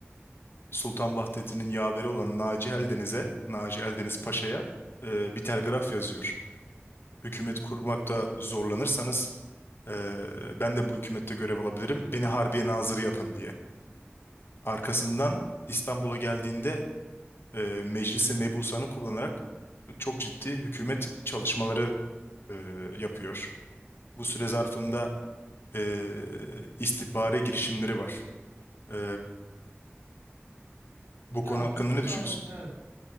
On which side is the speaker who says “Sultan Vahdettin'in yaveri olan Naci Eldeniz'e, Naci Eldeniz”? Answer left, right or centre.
Left